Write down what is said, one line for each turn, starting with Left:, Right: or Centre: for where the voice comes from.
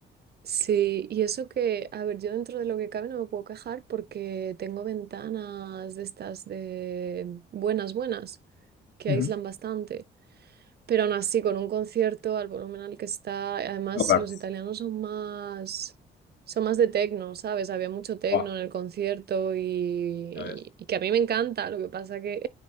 Right: Sí, y eso que, a ver, yo dentro de lo que cabe no me puedo quejar porque tengo ventanas de estas de buenas, buenas, que
Left: Ujú.
Right: aíslan bastante, pero aún así con un concierto al volumen al que está, además
Left: No, claro.
Right: los italianos son más, son más de tecno, ¿sabes? Había mucho tecno
Left: Buah,
Right: en el concierto y,
Left: ya ves.
Right: y que a mí me encanta, lo que pasa que